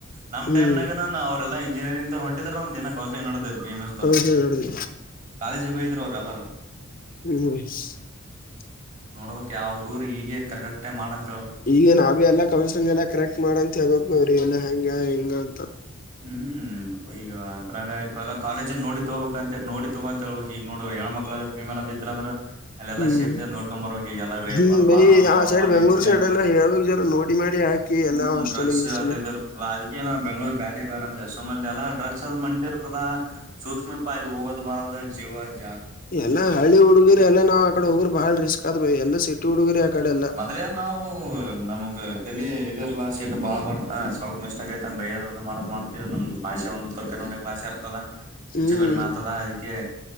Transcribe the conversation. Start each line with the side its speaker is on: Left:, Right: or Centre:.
Right: ನಮಮ್ನ
Left: ಹ್ಮ್
Right: ನ ಅವ್ರೆಲ್ಲ ಇಂಜಿನಿಯಂಗ್ರ್ ಹೊಟಿದಾರ ನಮ್ನ ನಡದೇ ಬಿ ಎಂ ಎಸ್ವರು
Left: ಕೌನ್ಸಿಲಿಂಗ್ ಹಿಡ್ದು
Right: ಕಾಲೇಜಿಗೆ ಹಯ್ದರು ಅವ್ರ ಎಲ್ಲಾರ
Left: ಹ್ಮ
Right: ನೋಡ್ಬ ಯಾವ ಹುಡುೂರು ಹೀಗ ಕರಡಕ್ಟೆ ಮಾಡಂತ
Left: ಈಗ ನಾ ಬಿ ಎಲ್ಲ ಕೌನ್ಸಲಿಂಗ ಎಲ್ಲ ಕರೆಕ್ಟ್ ಮಾಡಂತ ಹೇಬಬೇಕಬ ಅವ್ರಿ ಎಲ್ಲ ಹೆಂಗ ಹೆಂಗ ಅಂತ
Right: ಹ್ಮ್ ಈಗ ಅದ್ರಾಗ ಎಲ್ಲ ಕಾಲೇಜ ನೋಡಿ ತಗೋಬೇಕಕ್ ಅಂತ ನೋ ತಗೋಂತ ಹೇಳ್ಬೇಕಕ್ ಈಗ ನೋಡು ಹೆಣ ಮಕ್ಳದ ಫಿಮೇಲ್ದ ಇದ್ರ ಅ್ರ ಅಲ್ಲೆಲ್ಲಾ
Left: ಹ್ಮ್
Right: ಸೇಫ್ಟಿ ನೋಡ್ಕೊಂಡ್ ಬರ್ಾಗ ಈಗ ಎಲ್ಲ ರೇಪ್
Left: ಹ್ಮ್
Right: ಅದು
Left: ಬೈ
Right: ಬಾಳ್ ನೋಡ್ದಾವ
Left: ಆ ಸೈಡ್
Right: ಒಂದ್
Left: ಬೆಂಗ್ಳೂರ್
Right: ಇನ್ಸಿಡೆಂಟ್
Left: ಸೈಡ್ ಎಲ್ಲ ಹೇಳ್ಬೇಕಕ್ ಜರ ನೋಡಿ ಮಾಡಿ ಹಾಕಿ ಎಲ್ಲಾ
Right: ಹ್ಮ್
Left: ಹಾಸ್ಟೆಲ್
Right: ಡ್ರಗ್ಸ್
Left: ಗಿಸ್ಟೆಲ್
Right: ಅದುರ್ತ ಅದ ನ ಬೆಂಗ್ಗಳೂರ್ ಬ್ಯಾಡ ಬೇ ಅಂತ ಸುಮ ಎಲ್ಲ ಡ್ರಗ್ಸ್ ಅದ್ ಮಂಡಿರ್ತದ ಸೂಕ್ಷ್ಮ ಪಾಯಿಲಿ ಹೋಗೋದು್ ಬಾರದ ಜೀವ ಆಯ್ತು
Left: ಎಲ್ಲ ಹಳ್ಳಿ ಹುಡುಗಿರಿ ಎಲ್ಲ ನಾವ್ ಆಕಡೆ ಹೋಗ್ರ ಬಾಳ ರಿಸ್ಕ್ ಆದ್ಬ ಎಲ್ಲ ಸಿಟಿ ಹುಡುಗಿರಿ ಆಕಡೆ ಎಲ್ಲಾ
Right: ಅೇ ನಾವು ನಮಗ್ ತಲಿ ಇದಿರ್ಲಾ ಸೀಟ್ ಬಾಳ್ ಬರ್ತ ಸ್ವಲ್ಪ ಮಿಸ್ಟ ಆ ಐತಿ ಬಯೋದ್ ಮಾಡ್ ಮಾಡ್ತೀವ ನಮ್ದ ಭಾಷೆ ಒಂದು ಉತ್ತರ ಕರ್ನಾಟಕ ಭಾೆ ಇರ್ತದ
Left: ಹ್ಮ್
Right: ಹೆಚ್ಚು ಕಡೆ ಮಾತದ ಅದಕ್ಕೆ